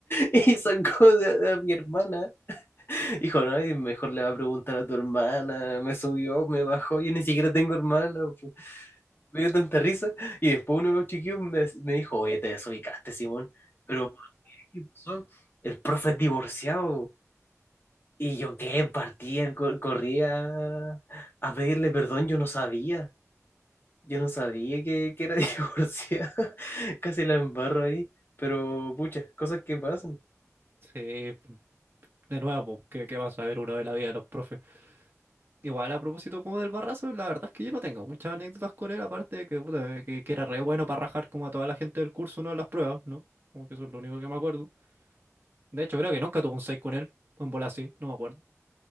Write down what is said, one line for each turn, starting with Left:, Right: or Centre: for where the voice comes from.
Left: y sacó de- a mi hermana Hijo, no, y mejor le va a preguntar a tu hermana, me subió, me bajó, yo ni siquiera tengo hermana, pu. me dio tanta risa. Y después uno de los chiquillos me, me dijo, oye, te desubicaste, Simón, pero ¿por ¿qué ¿Qué pasó? El profe es divorciado. Y yo qué, partía, co- corría a pedirle perdón, yo no sabía, yo no sabía que, que era <laughs> divorciada, casi la embarro ahí, pero pucha, cosas que pasan.
Right: Sí, de nuevo, pues, ¿qué, qué vas a ver uno de la vida de los profes? Igual a propósito como del Barrazo, la verdad es que yo no tengo muchas anécdotas con él, aparte de que, puta, que, que era re bueno para rajar como a toda la gente del curso, ¿no? En las pruebas, ¿no? Como que eso es lo único que me acuerdo. De hecho, creo que nunca tuve un 6 con él, o en bola sí, no me acuerdo.